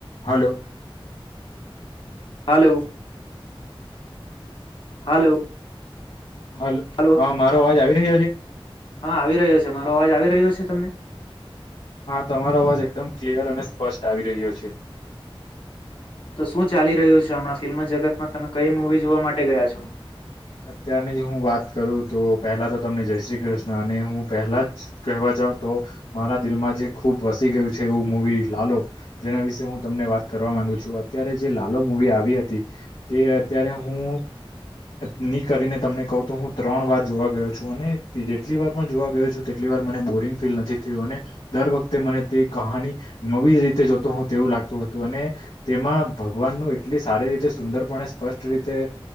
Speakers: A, on the left; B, on the left.
A: હાલો
B: હાલ હાલો
A: હ
B: હાલો
A: હા મારો અવાજ આવી રહ્યો છે
B: હા આવી રહ્યો છે મારો અવાજ આવી રહ્યો છે તમને
A: હા તમારો અવાજ એકદમ ક્લિયર અને સ્પષ્ટ આવી રહ્યો છે
B: તો શું ચાલી રહ્યું છે હમણાં ફિલ્મ જગતમાં તમે કઈ મૂવી જોવા માટે ગયા છો
A: અત્યારની જ હું વાત કરું તો પહેલા તો તમને જય શ્રી કૃષ્ણ અને હું પહેલા જ કહેવા છ તો મારા દિલમાં જે ખુબ વસી ગયું છે એવું મવી લાલો જેના વિશે હું તમને વાત કર કરવા માંગુ છું અત્યારે જે લાલ મુવી આવી હતી તે અત્યારે હું ની કરીને તમને કહું તો હું ત્રણ વાર જોવા ગયો છું અને જેટલી વાર પણ જોવા ગયો છું તેટલી વાર મને બોલ નથી થયું અને દર વખતે મને તે કહાની નવી જોતો હોું તેવું લાગતું હતું અને તેમાં ભગવાનનું એટલી સારી રી સુંદરપણે સ્પષ્ટ રીતે